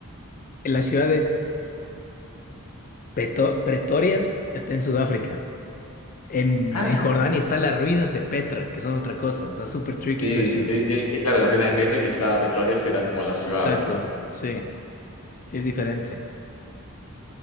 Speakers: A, on the left; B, on the left.
A: la ciudad de Peto- Pretoria está en Sudáfrica. En,
B: Ah,
A: en Jordania están las ruinas de Petra, que son otra cosa. O sea, super tricky
B: Sí,
A: question.
B: yo, yo dije, claro, la ruina de Petra, quizá Petrolia será como la ciudad,
A: Exacto,
B: quizá.
A: sí, sí es diferente.